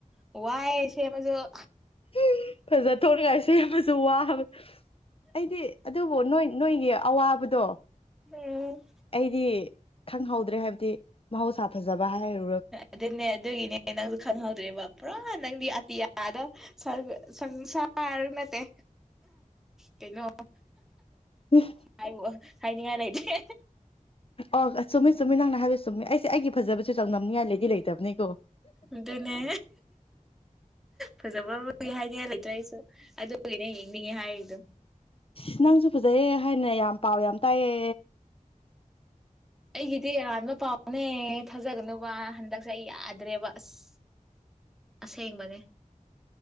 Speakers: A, in the centre; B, on the left.
A: ꯋꯥꯏ ꯁꯦꯝꯃꯁꯨ
B: ꯎ ꯐꯖ ꯊꯣꯛꯅꯤꯡꯉꯥꯏꯁꯨꯦ ꯌꯥꯝ ꯐꯁꯨ ꯋꯥꯕ ꯑꯩꯗꯤ ꯑꯗꯨꯕꯨ ꯅꯣꯏ ꯅꯣꯏꯒꯤ ꯑꯋꯥꯕꯗꯣ
A: ꯎꯝ
B: ꯑꯩꯗꯤ ꯈꯪꯍꯧꯗ꯭ꯔꯦ ꯍꯥꯏꯕꯗꯤ ꯃꯍꯧꯁꯥ ꯐꯖꯕ ꯍꯥꯏꯔ
A: ꯑꯗꯨꯅꯦ ꯑꯗꯨ ꯏꯅꯦ ꯅꯪꯁꯨ ꯈꯪꯍꯧꯗ꯭ꯔꯦꯕ ꯄꯨꯔꯥ ꯅꯪꯗꯤ ꯑꯇꯤꯌꯥꯗ ꯐꯥꯔ ꯅꯠꯇꯦ ꯀꯩꯅꯣ
B: ꯎꯝ
A: ꯍꯥꯏꯕ ꯍꯥꯏꯅꯤꯡꯉꯥꯏ ꯂꯩꯇꯦ
B: ꯑꯣ ꯑ ꯆꯨꯝꯃꯤ ꯆꯨꯝꯃꯤ ꯅꯪꯅ ꯍꯥꯏꯕ ꯆꯨꯝꯃꯤ ꯑꯩꯁꯦ ꯑꯩꯒꯤ ꯐꯖꯕꯁꯨꯦ ꯆꯥꯡꯗꯝꯝꯅꯤꯉꯥꯏ ꯂꯩꯗꯤ ꯂꯩꯇꯕꯅꯤꯀꯣ
A: ꯑꯗꯨꯗꯤꯅꯦ ꯐꯖꯕꯒꯤ ꯍꯥꯏꯗꯤꯅ ꯂꯩꯇ꯭ꯔꯥ ꯑꯩꯁꯨ ꯑꯗꯨꯒꯤꯅꯦ ꯌꯦꯡꯅꯤꯡꯉꯦ ꯍꯥꯏꯔꯤꯗꯣ
B: ꯑ ꯅꯪꯁꯨ ꯐꯖꯩꯑ ꯍꯥꯏꯅ ꯌꯥꯝ ꯄꯥꯎ ꯌꯥꯝ ꯇꯥꯏꯌꯦ
A: ꯑꯩꯒꯤꯗꯤ ꯑꯔꯥꯟꯕ ꯄꯥꯎꯅꯦ ꯊꯥꯖꯒꯅꯨꯕ ꯍꯟꯗꯛꯁꯦ ꯑꯩ ꯌꯥꯗ꯭ꯔꯦꯕ ꯑꯁ ꯑꯁꯦ ꯃꯅꯦ